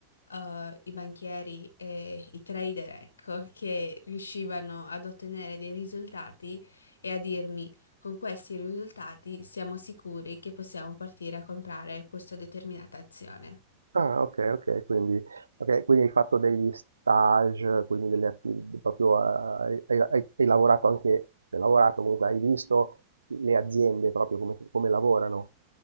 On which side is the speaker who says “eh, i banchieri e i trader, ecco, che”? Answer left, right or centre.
Left